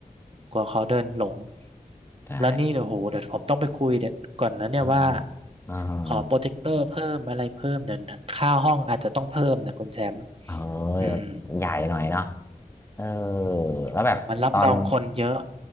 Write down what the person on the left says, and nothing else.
ใช่
อเอ
อ เออใหญ่หน่อยเนาะ
เออแล้วแบบตอน